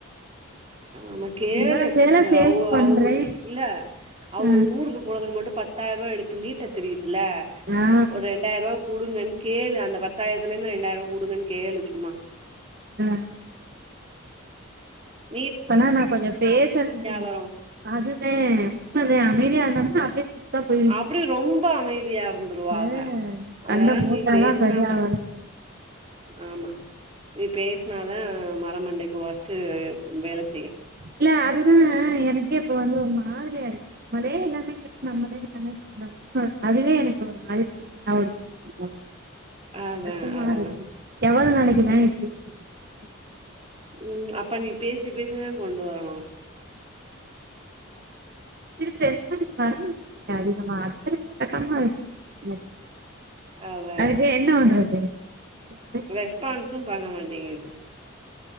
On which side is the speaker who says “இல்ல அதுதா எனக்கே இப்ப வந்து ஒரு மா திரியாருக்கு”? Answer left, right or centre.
Right